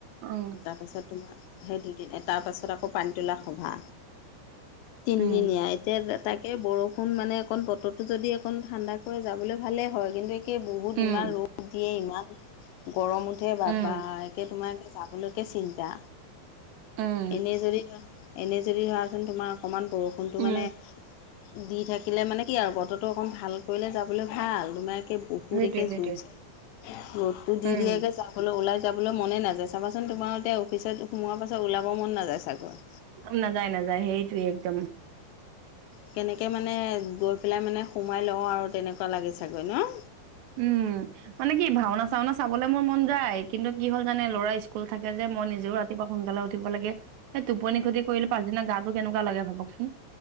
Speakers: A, on the right; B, on the left.
A: উম
B: তাৰপাছত তোমাৰ সেই দুদিন তাৰপাছত আকৌ পানী তোলা সভা তিনিদিনীয়া
A: উম,
B: এতিয়া তাক একে বৰষুণ মানে অকণ বতৰটো যদি অকণ ঠাণ্ডা কৰে যাবলে ভালে হয় কিন্তু কে বহুত
A: উম,
B: ইমান ৰ'দ দিয়ে ইমান গৰম উঠে বা-
A: উম,
B: বা একে তোমাৰ একে যাব যাবলৈকে চিন্তা
A: উম,
B: এনে যদি- এনে যদি হোৱাহেঁতেন তোমাৰ অকণমান বৰষুণটো
A: উম,
B: মানে দি থাকিলে মানে কি আৰু বতৰো অকণ ভাল কৰিলে যাবলৈ ভাল তোমাৰ এ বহুত
A: সেইটোয়ে
B: একে
A: সেইটোয়ে।
B: জুৰচে ৰ'দটো দিয়ে
A: উম,
B: গে যাবলৈ ওলাই যাবলৈ মনে নাযায় চাবাচোন তোমাৰ এতিয়া অফিচত সোমোৱাৰ পাছত ওলাব মন নাযায় চাগৈ?
A: উম, নাযায়- নাযায় সেইটোৱে একদম।
B: কেনেকে মানে গৈ পেলাই মানে সোমাই লওঁ আৰু তেনেকুৱা লাগে চাগৈ ন?
A: উম, মানে কি ভাওনা-চাওনা চাবলৈ মোৰ মন যায় কিন্তু কি হ'ল জানে ল'ৰা স্কুল থাকে যে, মই নিজেও ৰাতিপোৱা সোনকালে উঠিব লাগে সেই টোপনি খতি কৰিলে পাছদিনা গাটো কেনেকোৱা লাগে ভাবকচোন?